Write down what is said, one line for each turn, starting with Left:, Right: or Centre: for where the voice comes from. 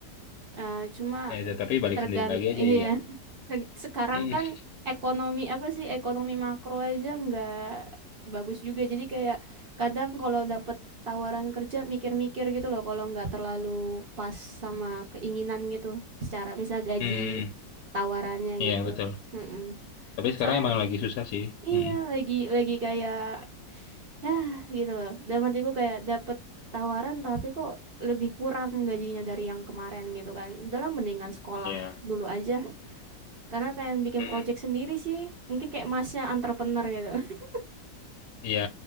Right: Eh cuma
Left: Nah, itu, tapi balik
Right: tergant,
Left: sendiri lagi aja
Right: iya.
Left: iya.
Right: Terg- Sekarang
Left: Mm-mm.
Right: kan ekonomi apa sih? Ekonomi makro aja nggak bagus juga. Jadi kayak kadang kalau dapet tawaran kerja mikir-mikir gitu loh. Kalau nggak terlalu pas sama keinginan gitu. Secara misal gaji
Left: Mm-mm.
Right: tawarannya
Left: Iya
Right: gitu.
Left: betul.
Right: Heeh.
Left: Tapi sekarang
Right: Soalnya
Left: emang lagi susah sih.
Right: iya
Left: Mm-mm.
Right: lagi lagi kayak ya gitu loh dalam hatiku kayak dapet tawaran tapi kok lebih kurang gajinya dari yang kemarin gitu kan udahlah mendingan sekolah
Left: Iya.
Right: dulu aja karena pengen bikin
Left: Mm-mm.
Right: project sendiri sih mungkin kayak masnya entrepreneur gitu <laughs>
Left: Iya,